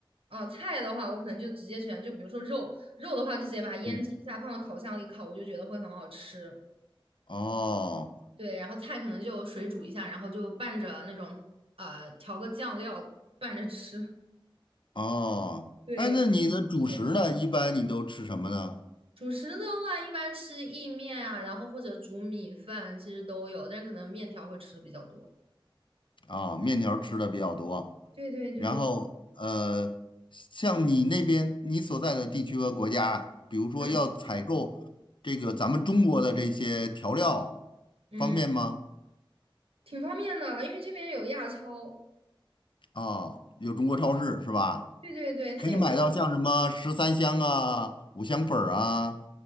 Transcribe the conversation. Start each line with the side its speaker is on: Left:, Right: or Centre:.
Right: 啊，菜的话，我可能就直接选，就比如说肉，肉的话就直接把它腌制一下，
Left: 嗯，
Right: 放到烤箱里烤，我就觉得会很好吃。
Left: 哦
Right: 对，然后菜可能就水煮一下，然后就拌着那种呃调个酱料拌着吃。<laughs>
Left: 哦，
Right: 对
Left: 哎，那你的主食呢？
Right: 对，
Left: 一般你都吃什么呢？
Right: 主食的话一般吃意面啊，然后或者煮米饭，其实都有，但是可能面条会吃的比较多。
Left: 啊、面条儿吃的比较多，
Right: 对对对对，
Left: 然后呃，像你那边你所在的地区和国家，比如说要采购这个咱们中国的这些调料，
Right: 嗯嗯，
Left: 方便吗？
Right: 挺方便的，因为这边有亚超。
Left: 啊、有中国超市是吧？
Right: 对对对，它有。
Left: 可以买到像什么十三香啊、五香粉儿啊、